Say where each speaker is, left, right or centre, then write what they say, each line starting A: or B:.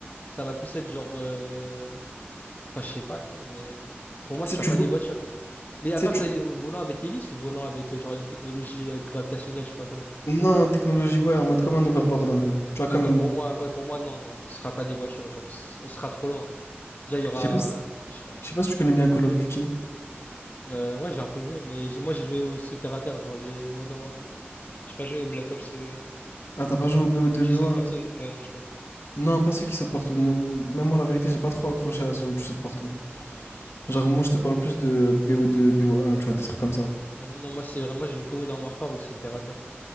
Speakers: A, on the left; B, on the left.
A: ça va plus être genre, euh, enfin, je sais pas, non, mais pour moi,
B: Tu
A: ce sera
B: sais, tu
A: pas
B: vois.
A: des voitures. Mais à
B: Tu
A: part
B: sais, tu.
A: ça, euh, volant avec hélice ou volant avec euh, genre une technologie euh, gravitationnelle, je sais pas quoi, genre.
B: Non, technologie, ouais, en mode comme un overboard un peu. Tu vois, comme.
A: Ouais, bah pour moi, ouais, pour moi, non, non, ce sera pas des voitures, genre, on sera trop loin. Déjà, il y aura,
B: Je sais pas si
A: je sais pas.
B: je sais pas si tu connais bien Call of Duty.
A: Euh, ouais, j'ai un peu joué, mais j'ai- moi, j'ai joué au ce terre à terre dans les Modern Warfare. J'ai pas joué au Black Ops. euh,
B: Ah, t'as pas joué au BO2,
A: Où tu
B: BO1?
A: sautes partout. Ouais, non, je sais pas. jouer.
B: Non, pas ceux qui sautent partout. Moi- même moi, la vérité, j'ai pas trop accroché à ceux où tu sautes partout. Genre, moi, je te parle plus de BO2, BO1, tu vois, des trucs comme ça.
A: Ah Non, moi, c'est vraiment, j'ai joué que au Modern Warfare où c'est terre à terre.